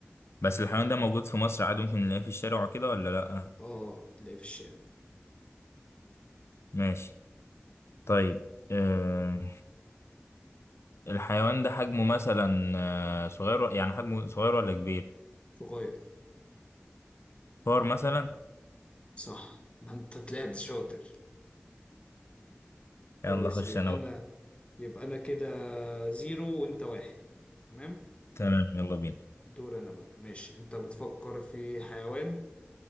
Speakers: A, on the left; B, on the left.
A: بس الحيوان ده موجود في مصر عادي ممكن نلاقيه في الشارع وكده ولا لأ؟
B: اه تلاقيه في الشارع
A: ماشي طيب آه، الحيوان ده حجمه مثلا آه، صغير يعني حجمه صغير ولا كبير؟
B: صغير
A: فار مثلا؟
B: صح ده انت طلعت شاطر خلاص
A: يلا خش
B: يبقى
A: انا بقى
B: انا يبقى انا كده زيرو وانت واحد تمام
A: تمام يلا بينا
B: دور انا بقى ماشي انت بتفكر في حيوان